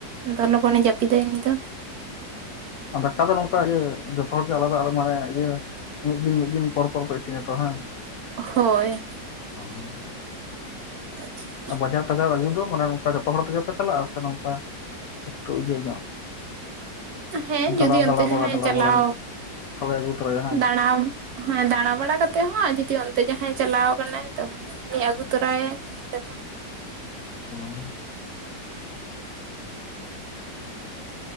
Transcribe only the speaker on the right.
ᱛᱚ ᱞᱚᱜᱚᱱᱮ ᱡᱟᱹᱯᱤᱫᱟᱭ ᱩᱱᱤ ᱫᱚ᱾
ᱦᱳᱭ
<unintelligible>
ᱩ ᱦᱮᱸ
ᱡᱩᱫᱤ ᱚᱱᱛᱮ
ᱡᱟᱦᱟᱸᱭ
ᱪᱟᱞᱟᱣ
ᱫᱟᱬᱟᱢ ᱦᱮᱸ ᱫᱟᱬᱟ ᱵᱟᱲᱟ ᱠᱟᱛᱮᱜ ᱦᱚᱸ ᱟᱨ ᱡᱩᱚᱫᱤ ᱚᱱᱛᱮ ᱡᱟᱦᱟᱸᱭ ᱪᱟᱞᱟᱣ ᱟᱠᱟᱱᱟᱭ ᱛᱚ ᱩᱱᱤ ᱟᱹᱜᱩ ᱛᱚᱨᱟᱭᱟᱭ ᱚᱱᱛᱮ ᱠᱷᱚᱱ᱾